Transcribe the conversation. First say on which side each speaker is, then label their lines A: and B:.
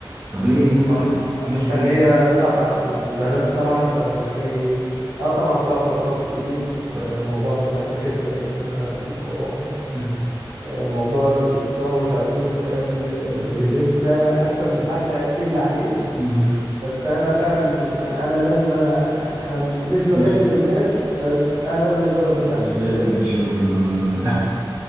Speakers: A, on the right (about 20°); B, on the right (about 70°).
A: طب ايه نفسك
B: آه، عشان
A: نفسك
B: هي صحراء البنات صحراء فتلاقي اه طبعا فيها خرافات كتير آه،
A: <laughs> آه.
B: موضوع مثلا الخلفة والكلام ده اكيد خرافة
A: مم.
B: آه، موضوع الحصان ومش عارف ايه والكلام اللي,
A: مم.
B: اللي بيلف ده انا اكتر من حد اكد لي عليه
A: مم.
B: بس انا فعلا يعني انا لازم انا يعني انا مش بكدب
A: تش-
B: الناس بس انا لازم اجرب بنفسي
A: لازم
B: فاهم
A: تشوف الموضوع ده